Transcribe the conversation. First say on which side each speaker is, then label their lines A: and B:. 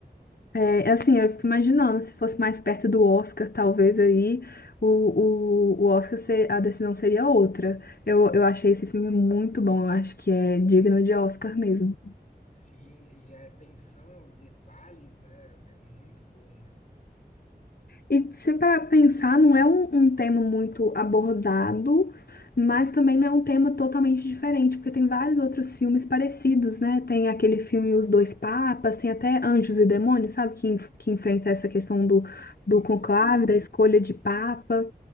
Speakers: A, on the left (about 65°); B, on the left (about 45°).
A: É, assim, eu fico imaginando, se fosse mais perto do Oscar, talvez aí o, o, o Oscar, ser, a decisão seria outra. Eu, eu achei esse filme muito bom, eu acho que é digno de Oscar mesmo.
B: Sim, e a atenção aos detalhes, né, é muito bom, né?
A: E se para pensar, não é um, um tema muito abordado, mas também não é um tema totalmente diferente, porque tem vários outros filmes parecidos, né? Tem aquele filme Os Dois Papas, tem até Anjos e Demônios, sabe? Que, enf- que enfrenta essa questão
B: Uhum.
A: do, do
B: Com
A: conclave,
B: Tom,
A: da escolha de papa.